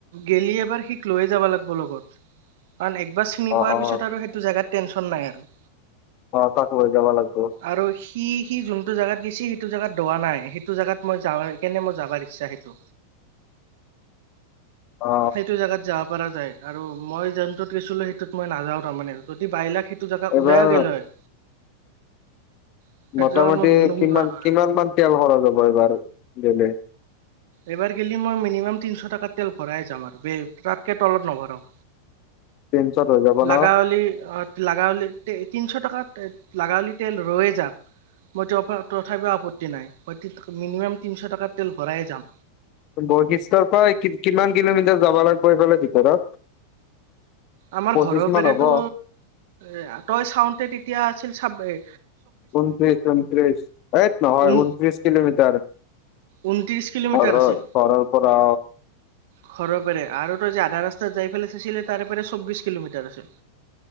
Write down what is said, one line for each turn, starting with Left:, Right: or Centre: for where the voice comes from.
Right: গেলি এবাৰ সিক লৈয়ে যাবা লাগিব লগত কাৰণ একবাৰ চিনি
Left: অ
Right: পোৱাৰ
Left: অ
Right: পিছত আৰু সেইটো জেগাত টেনশ্যন নাই আৰু
Left: অ তাক লৈ যাবা লাগব।
Right: আৰু সি সি যোনটো জেগাত গেছি সেইটো জেগাত দোৱা নাই সেইটো জেগাত মই যাওৱে সেইকাৰণে মই যাবাৰ ইচ্ছা সেইটো।
Left: অ
Right: সেইটো জেগাত যাব পৰা যায় আৰু মই যোনটোত গৈছিলো সেইটোত মই নাযাও তাৰমানে যদি বাইলাক সেই সেইটো জেগাত
Left: এইবাৰ
Right: ওলাইও গেলেও হয়। সেইটো
Left: মোটামটি
Right: জেগাত মই নুনুমিলো
Left: কিমান
Right: হয়।
Left: কিমান মান তেল খৰচ হব এইবাৰ গ'লে
Right: এইবাৰ গেলি মই মিনিমাম তিনশ টকা তেল ভৰাই যাম আৰু বে তাতকে তলত নভৰাও।
Left: তিনশত হৈ যাব
Right: লাগাৱলি
Left: ন
Right: অত লাগাৱলী তে তিনছ টকাত লাগাৱলী তেল ৰৈয়ে যাক মই তেওঁ পা তথাপিও আপত্তি নাই মই মিনিমাম তিনশ টকা তেল ভৰায়ে যাম
Left: বৰশিষ্ঠৰ পৰা কি কিমান কিলোমিটাৰ যাব লাগব এইফালে ভিতৰত
Right: আমাৰ
Left: পঁচিশ
Right: ঘৰৰ
Left: মান
Right: পেৰেতো
Left: হ'ব
Right: এ তই চাওঁতে তেতিয়া আছিল চাব এ
Left: ঊনত্ৰি ঊনত্ৰিশ এইত নহয়
Right: ঊন
Left: ঊনত্ৰিছ কিলোমিটাৰ
Right: ঊনত্ৰিশ কিলোমিটাৰ
Left: ঘৰ
Right: আছিল
Left: ঘৰৰ পৰা
Right: ঘৰৰ পেৰে আৰু তই যে আধা ৰাস্তাত যাই পেলাই চাইছিলে তাৰে পৰা চৌবিশ কিলোমিটাৰ আছিল